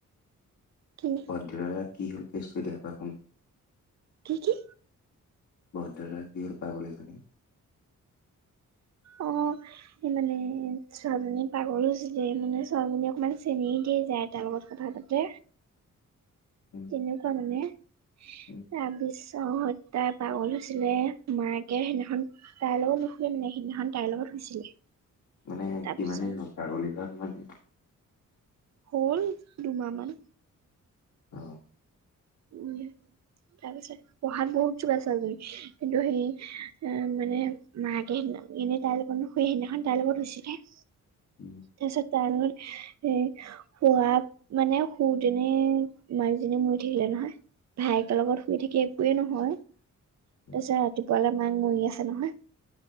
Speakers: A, on the left; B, on the right.
A: <inaudible>
B: কি
A: বদধৰা কি হ'ল? <unintelligible>
B: কি - কি?
A: বদধৰা কিয় পাগলীজনী?
B: অ' এই মানে ছোৱালীজনী পাগল হৈছিলে। মানে ছোৱালীজনী অকমান চেনী দিয়ে যাই তাৰ লগত কথা পাতে।
A: উম
B: তেনেকুৱা মানে।
A: উম
B: তাবিছ তহত তাই পাগল হৈছিলে। মাকে সেইদিনাখন তাইৰ লগত নুশুৱে মানে, সেইদিনাখন তাইৰ লগত শুইছিলে।
A: মানে
B: তাৰপিছত
A: কিমান দিন হ'ল? পাগলী হোৱা কিমান দিন
B: হ'ল দুমাহ মান।
A: অ'।
B: উম। তাৰপিছত পঢ়াত বহুত চোকা ছোৱালীজনী। কিন্তু সেই অ'- মানে মাকে সেইদিনা- এনেই তাইৰ লগত নুশুৱে, সেইদিনাখন তাইৰ লগত শুইছিলে।
A: উম
B: তাৰপিছত তাৰ লগত এ- শুৱ মানে শুজনে মাকজনী মৰি থাকিলে নহয়। ভায়েকৰ লগত শুই থাকি একোৱেই নহয়। তাৰ
A: উম
B: পিছত ৰাতি পলা মাক মৰি আছে নহয়।